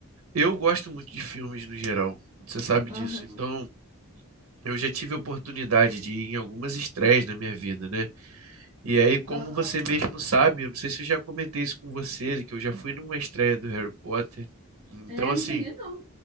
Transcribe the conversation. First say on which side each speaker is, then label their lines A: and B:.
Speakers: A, on the right; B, on the right.
A: Eu gosto muito de filmes no geral, você sabe
B: Aham.
A: disso. Então, eu já tive a oportunidade de ir em algumas estreias na minha vida, né? E aí, como
B: Aham.
A: você mesmo sabe, eu não sei se eu já comentei isso com você, que eu já fui numa estreia do Harry Potter. Então,
B: É,
A: assim,
B: não sabia não.